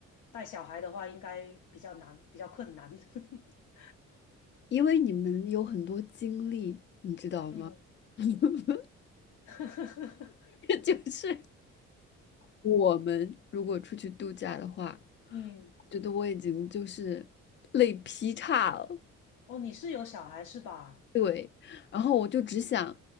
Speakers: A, on the left; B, on the left.
A: 带小孩的话，应该比较难，比较困难。<laughs>
B: 因为你们有很多经历，你知道吗？
A: 嗯
B: <laughs>
A: <laughs>
B: 就是我们如果出去度假的话，
A: 嗯，
B: 觉得我已经就是累劈叉了。
A: 哦，你是有小孩是吧？
B: 对，然后我就只想